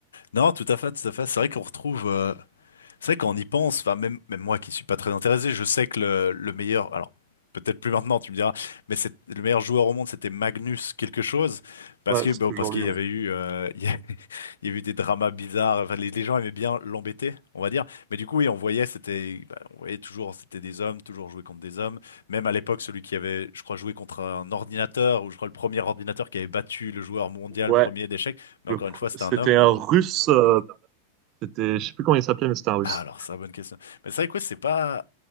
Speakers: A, on the left; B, on the right.
A: Non, tout à fait, tout à fait. C'est vrai qu'on retrouve. euh, C'est vrai qu'on y pense, enfin même, même moi qui suis pas très intéressé, je sais que le, le meilleur, alors peut-être plus maintenant tu me diras, mais c'est le meilleur joueur au monde c'était Magnus quelque chose parce
B: Ouais,
A: que
B: c'est
A: bon,
B: toujours
A: parce qu'il
B: lui.
A: y
B: Ouais,
A: avait eu euh, <laughs> il y a, il y a eu des dramas bizarres, enfin les, les gens aimaient bien l'embêter, on va dire, mais du coup oui on voyait c'était bah, on voyait toujours c'était des hommes, toujours jouer contre des hommes, même à l'époque celui qui avait je crois joué contre un ordinateur ou je crois le premier ordinateur qui avait battu le joueur mondial
B: Ouais,
A: premier d'échecs, mais
B: le
A: encore
B: pr-
A: une fois c'était
B: c'était
A: un homme.
B: un Russe. euh, C'était, je sais plus comment il s'appelait, mais c'était un russe.
A: Ah, alors ça bonne question. Mais c'est vrai que ouais, c'est pas